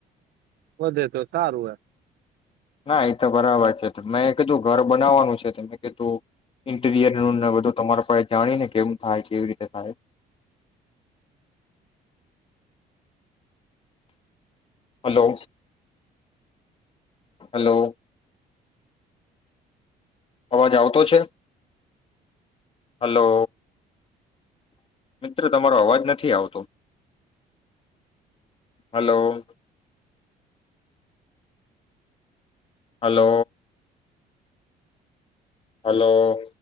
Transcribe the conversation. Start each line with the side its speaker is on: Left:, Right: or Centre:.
Right: વધે તો સારું એમ
Left: ના એ તો બરાબર છે મેં કીધું ઘર બનાવવાનું છે ત મે કીધું તો ઇન્ટીરિયર નું ને બધું તમારા પાસે જાણીને કેમ થાય કેવી રીતે થાય હલો હલો. અવાજ આવતો છે હલો. મિત્રો તમારો અવાજ નથી આવતો હલો. હલો. હલો.